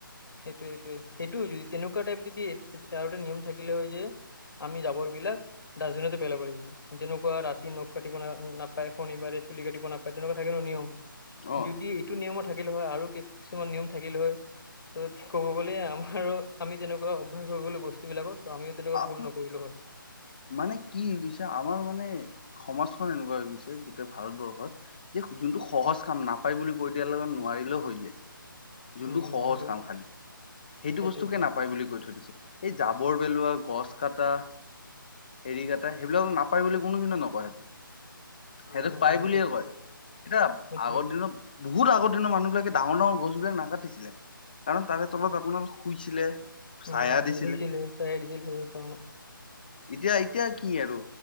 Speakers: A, on the left (about 70°); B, on the left (about 25°).
A: সেইটোয়ে সেইটোয়ে সেইটো য তেনেকুৱা টাইপ যদি আৰু এটা নিয়ম থাকিলে হয় যে আমি জাবৰ বিলাক ডাষ্টবিনতে পেলাব লাগিব। তেনেকুৱা ৰাতি নখ কাটিব ন নাপায়, শনিবাৰে চুলি কাটিব নাপায়, তেনেকুৱা থাকে ন নিয়ম।
B: অ
A: যদি এইটো নিয়মৰ থাকিলে হয়, আৰু কিছুমান নিয়ম থাকিলে হয়। ত ক'ব গলে, আমাৰো আমি তেনেকুৱা অভ্যাস হৈ গ'লো বস্তু বিলাকত ত আমিও তেনেকুৱা
B: আপো
A: ভুল নকৰিলো হয়।
B: মানে কি হৈ গৈছে আমাৰ মানে, সমাজখন এনেকুৱা হৈ গৈছে গোটেই ভাৰতবৰ্ষত। যে যোনটো সহজ কাম, নাপায় বুলি কৈ দিয়াৰ লগত নোৱাৰিলেও হৈ যায়। যোনটো
A: উম উম
B: সহজ
A: সেইটো
B: কাম খালি, সেইটো
A: সেইটোৱে
B: বস্তুকে নাপায় বুলি কৈ থৈ দিছে, এই জাবৰ পেলোৱা গছ কটা, হেৰি কটা সেইবিলাক নাপায় বুলি কোনোদিনে নকয় সিহতে। সিহঁতোক
A: অ
B: পাই
A: সেইটো
B: বুলিয়ে কয়, এতিয়া
A: সেইটোৱে
B: আগৰ দিনত বহুত আগৰ দিনৰ মানুহবিলাক ডাঙৰ ডাঙৰ গছ বিলাক নাকাটিছিলে। কাৰণ তাৰে তলত আপোনাৰ শুইছিলে।
A: উম
B: চায়া দিছিলে
A: বহিছিলে, চাই দিছিলে সেইকাৰণে।
B: এতিয়া, এতিয়া কি আৰু